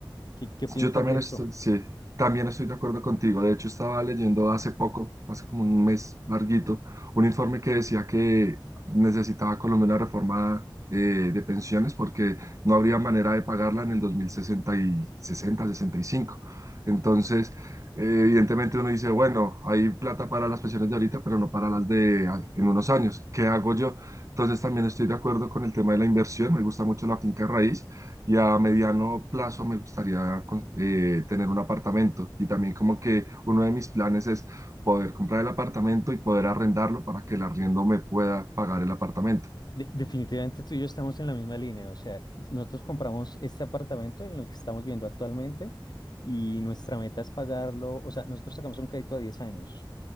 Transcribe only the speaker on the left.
¿Qué, qué piensas
de
eso?
De- definitivamente tú y yo estamos en la misma línea. O sea, nosotros compramos este apartamento en el que estamos viendo actualmente y nuestra meta es pagarlo. O sea, nosotros sacamos un crédito a diez años.